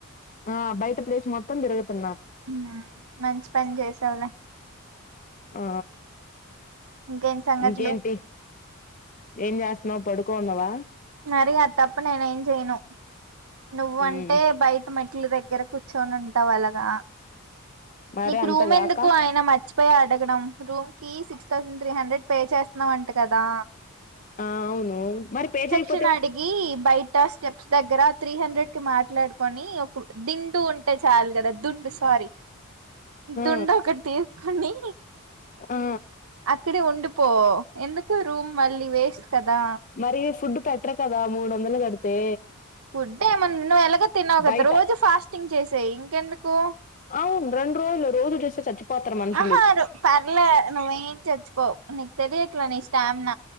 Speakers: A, on the left; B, on the right.
A: ఆ బయట ప్లేస్ మొత్తం తిరుగుతున్నా
B: అవునా మంచి పని చేసావులే
A: ఆ
B: ఇంకేం సంగతులు
A: ఇంకేంటి ఏం చేస్తున్నావు పడుకోన్ని ఉన్నావా
B: మరి అ తప్ప నేను ఏం చెయను నువ్వ
A: ఉమ్
B: అంటే బయట మెట్టు దగ్గర కూర్చొని ఉంటావు అలాగా
A: మరి
B: నీకు
A: అంతగాక
B: రూమ్ ఎందుకు ఆయన మర్చిపోయా అడగడం రూమ్కి six thousand three hundred pay చేస్తున్నావంట కదా
A: ఆ అవును మరి పేజెయక్
B: క్షన్ అడిగి బయట స్టెప్స్ దగ్గర త్రీ హండ్రెడ్కి మాట్లాడు కొని ఒక దిండు ఉంటే చాలు కదా దుండు సారీ
A: ఆ
B: దుండు ఒకటి తీస్కో ని
A: ఆ
B: అక్కడె ఉండిపో ఎందుకు రూమ్ మళ్ళీ వేస్ట్ కదా
A: మరి ఫుడ్ పెట్టరు కదా మూడు వందలు కడితే
B: ఫుడ్ ఏమన్నా నువ్వు ఎలాగ తిన్నవు కదా
A: బయట
B: రోజు ఫాస్టింగ్ చేసేయి ఇంకెందుకు
A: అవును రెండు రోజులే రోజు చూస్తే చచ్చిపోతారు మనుషులు
B: ఆహా పర్లే నువ్వేం చచ్చిపోవు నీకు తెలియట్లా నీ స్టామిన